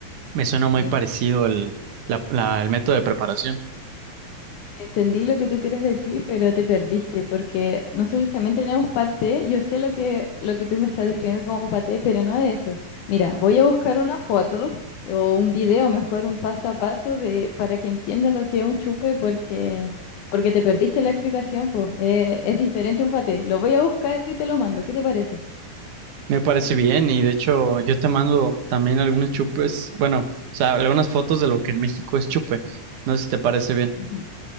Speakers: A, on the right; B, on the left.
A: Me suena muy
B: Sí.
A: parecido el, la- la- el método de preparación.
B: Entendí lo que tú quieres decir, pero te perdiste, porque nosotros también tenemos paté. Yo sé lo que, lo que tú me estás describiendo como paté, pero no es eso. Mira, voy a buscar una foto o un video, mejor un paso a paso, de, para que entiendas lo que es un chupe, porque, porque te perdiste la explicación, pues. Eh, es diferente un paté. Lo voy a buscar y te lo mando. ¿Qué te parece?
A: Me parece bien y de hecho yo te mando también algunos chupes, bueno, o sea, algunas fotos de lo que en México es chupe. No sé si te parece bien.
B: Ujú.